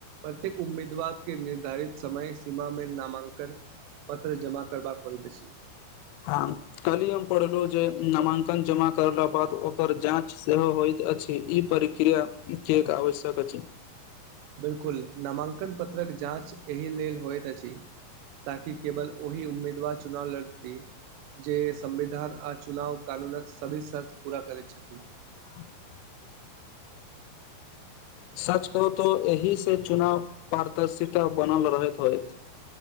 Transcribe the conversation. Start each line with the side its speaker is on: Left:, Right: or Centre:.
Right: प्रत्येक उम्मीदवार के निर्धारित समय सीमा मे नामांकन पत्र जमा करबाक होइत अछि
Left: ह कली हम पढ़लौं जे नामांकन जमा करला बाद ओकर जाँच सेहो होइत अछि ई प्रक्रिया के एक आवश्यक अछि
Right: बिल्कुल नामाकंन पत्रक जाँच एहि लेल होइत अछि ताकि केवल ओहि उम्मीदवार चुनाव लड़ सकी जे संविधान आ चुनाव कानूनक सभी शर्त पूरा करैत छथि
Left: <unintelligible> सच कहू तो एहिसँ चुनाव पारदर्शिता बनल रहैत होत